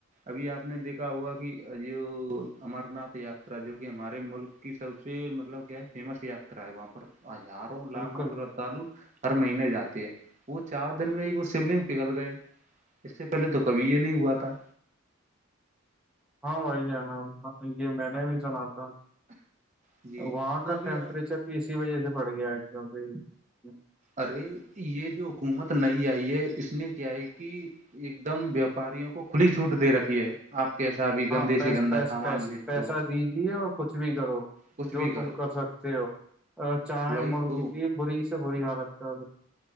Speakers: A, on the right (about 35°); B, in the centre.
A: ابھی آپ نے دیکھا ہوا کہ جو امر ناتھ یاترا جو کہ ہمارے ملک کی سب سے مطلب کیا ہے فیمس یاترا ہے وہاں پر آزاد لاکھوں
B: بالکل
A: سے تعل ہر مہینے جاتی ہے وہ چار دن میں ہی وہ شیو لنگ پگھل گئے اس سے پہلے تو کبھی یہ نہیں ہوا تھا
B: ہاں بی ہے ن یہ میں نے بھی سنا تھا
A: جی
B: وہاں
A: تو
B: کا
A: ابھی
B: ٹیمپریچر
A: آپ
B: بھی اسی وجہ سے بڑھ گیا ہے کیکہ
A: ارے یہ جو حکومت نئی آئی ہے اس نے کیا ہے کہ ایک دم ویاپاریوں کو کھلی چھوٹ دے رکھی ہے آپ کیسا بھی گندے
B: ہاں پس
A: سے گندا سامان بیچ
B: پیسہ
A: دو
B: دیجیے اور کچھ بھی کرو
A: کچھ
B: جو
A: بھی کرو
B: تم کر سکتے ہو چاہیں
A: وہی
B: ملک
A: تو
B: کی بری سے بری حالت ہے